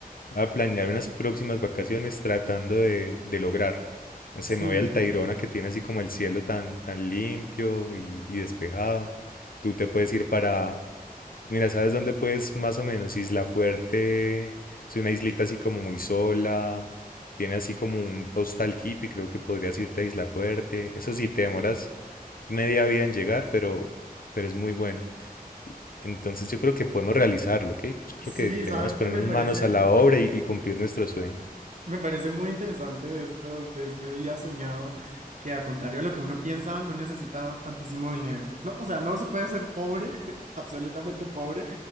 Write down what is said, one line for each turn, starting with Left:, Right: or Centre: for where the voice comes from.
Left: Voy a planear unas próximas vacaciones tratando de, de lograr. No sé,
Right: sí,
Left: me voy al Tayrona que tiene así como el cielo tan, tan limpio y, y despejado. Tú te puedes ir para... Mira, ¿sabes dónde puedes más o menos? Isla Fuerte. Es una islita así como muy sola. Tiene así como un hostal hippie. Creo que podrías irte a Isla Fuerte. Eso sí, te demoras media vida en llegar, pero, pero es muy bueno. Entonces yo creo que podemos realizarlo, ¿ok? Yo creo
Right: sí,
Left: que teníamos
Right: sabes
Left: que
Right: que
Left: ponernos
Right: me parece,
Left: manos a la obra y, y cumplir nuestro sueño.
Right: me parece muy interesante de estos, de este día soñado, que a contrario de lo que uno piensa, no necesita tantísimo dinero. No, o sea, no se puede ser pobre, <laughs> absolutamente pobre,